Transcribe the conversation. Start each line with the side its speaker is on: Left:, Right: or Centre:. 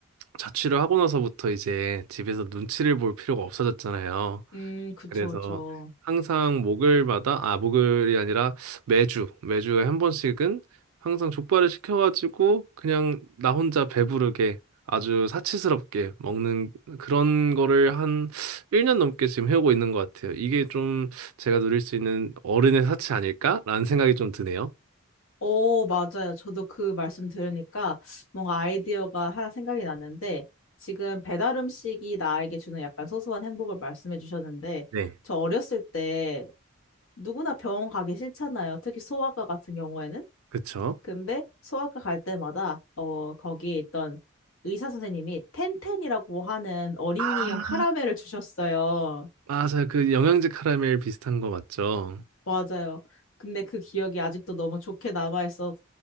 Right: 자취를 하고 나서부터 이제 집에서 눈치를 볼 필요가 없어졌잖아요.
Left: 음, 그쵸,
Right: 그래서
Left: 그쵸.
Right: 항상 목요일마다, 아, 목요일이 아니라 매주, 매주에 한 번씩은 항상 족발을 시켜가지고 그냥 나 혼자 배부르게 아주 사치스럽게 먹는 그런 거를 한 1년 넘게 지금 해오고 있는 것 같아요. 이게 좀 제가 누릴 수 있는 어른의 사치 아닐까라는 생각이 좀 드네요.
Left: 오, 맞아요. 저도 그 말씀 들으니까 뭔가 아이디어가 하나 생각이 났는데 지금 배달 음식이 나에게 주는 약간 소소한 행복을 말씀해 주셨는데
Right: 네.
Left: 저 어렸을 때 누구나 병원 가기 싫잖아요. 특히 소아과 같은 경우에는.
Right: 그쵸?
Left: 근데 소아과 갈 때마다 어, 거기에 있던 의사 선생님이 텐텐이라고 하는 어린이용
Right: 아,
Left: 카라멜을 주셨어요.
Right: 맞아요. 그 영양제 카라멜 비슷한 거 맞죠?
Left: 맞아요. 근데 그 기억이 아직도 너무 좋게 남아있어